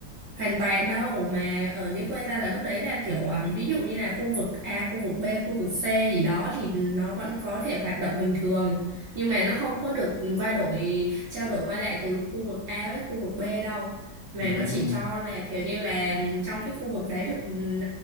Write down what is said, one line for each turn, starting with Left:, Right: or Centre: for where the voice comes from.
Right: hoàn toàn đâu mà ở dưới quê ta là lúc đấy là kiểu um, ví dụ như là khu vực A khu vực B khu vực C gì đó thì nó vẫn có thể hoạt động bình thường nhưng mà nó không có được qua đổi trao đổi qua lại từ khu vực A với khu vực B đâu mà
Left: ờ
Right: nó
Left: đúng
Right: chỉ
Left: rồi đúng
Right: cho
Left: rồi
Right: là kiểu như là um, trong cái khu vực đấy được um,